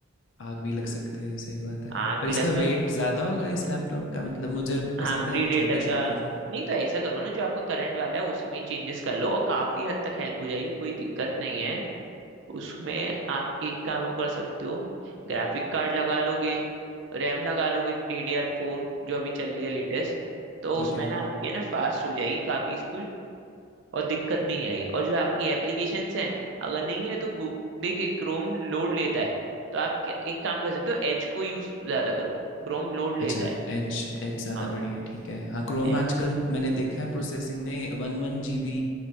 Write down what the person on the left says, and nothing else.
आग भी लग सकती है सही बात है
पर
इसका
वेट ज़्यादा होगा इस लैपटॉप का मतलब मुझे
पसंद
है वो छोटे
छोटे से
ठीक
है
अच्छा
एज एज ज़्यादा
बढ़िया है ठीक है हाँ क्रोम
आजकल मैंने देखा है प्रोसेसिंग में one one G B